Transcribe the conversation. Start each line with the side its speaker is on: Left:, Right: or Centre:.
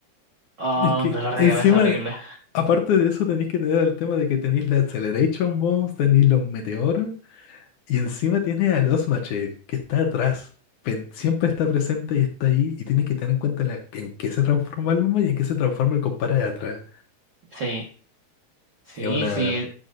Right: oh,
Left: Es que
Right: un dolor
Left: encima,
Right: de cabeza horrible.
Left: aparte de eso, tenéis que tener el tema de que tenéis la Acceleration Bombs, tenéis los meteoros, y encima tienes a los Machete, que está atrás. Pen- siempre está presente y está ahí, y tienes que tener en cuenta la- en qué se transforma Luma y en qué se transforma el compadre de atrás.
Right: Sí. Sí,
Left: Es una...
Right: sí,